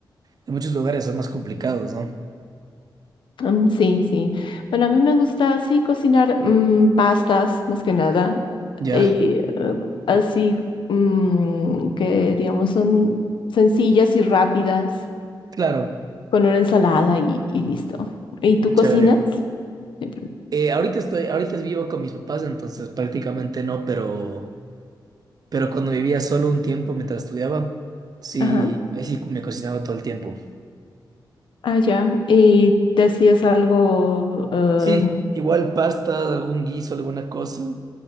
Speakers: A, on the right; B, on the left.
A: de muchos lugares son más complicados, ¿no?
B: Mm, sí, sí. Bueno, a mí me gusta así cocinar mm, pastas más que nada.
A: Ya,
B: Y eh, así mm, que digamos son sencillas y rápidas
A: claro,
B: con una ensalada y, y listo. ¿Y tú cocinas?
A: chévere.
B: Sí, pero-
A: Eh, ahorita estoy, ahorita vivo con mis papás, entonces prácticamente no, pero, pero cuando vivía solo un tiempo mientras estudiaba, sí,
B: Ajá.
A: ahí sí me cocinaba todo el tiempo.
B: Ah, ya. ¿Y te hacías algo? eh,
A: Sí, igual pasta, algún guiso, alguna cosa. O